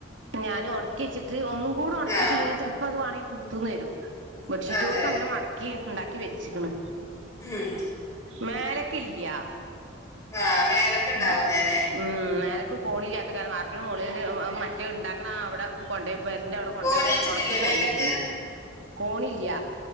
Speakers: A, on the right; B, on the left.
A: ഞാനു ഒണക്കി വച്ചിട്ട് ഒന്നും കൂടെ ഒണക്കിട്ടില്ലങ്കി
B: ആ
A: ചിലപ്പോ അത് വേണെങ്കി പൂത്തുന്ന് വരും ബെഡ്ഷീറ്റോടുക്ക
B: അതെ
A: അങ്ങനെ മടക്കി ഉണ്ടാക്കി വെച്ചക്കണ്
B: ഉം
A: മേലക്കില്ല്യ
B: ആ മേലക്ക് ഉണ്ടാവൂല
A: ഉം
B: അല്ലെ
A: ഉം മേ ക്ക് ഫോണില്ലാത്ത കാരണം ആർക്കില് മോളെല് ആഹ് മറ്റേ ഉണ്ടാക്കണ അവിടെ കൊണ്ടയ് വെറിന്റെറ്അവിടെ കൊണ്ട്
B: കോണി
A: മു
B: വെച്ചിട്ടില്ലേ
A: ഉണക്കി കൊടുന്നച്ചേ
B: മേലക്ക്
A: കോണില്ല